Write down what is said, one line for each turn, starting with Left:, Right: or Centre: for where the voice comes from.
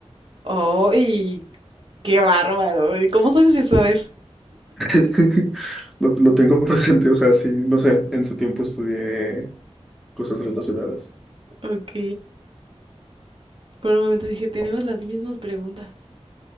Right: ¡Ay! ¡Qué bárbaro! ¿Y ¿Cómo sabes eso? A ver.
Centre: <laughs> Lo, lo tengo presente, o sea, sí, no sé, en su tiempo estudié cosas relacionadas.
Right: Ok. Por un momento dije, tenemos las mismas preguntas.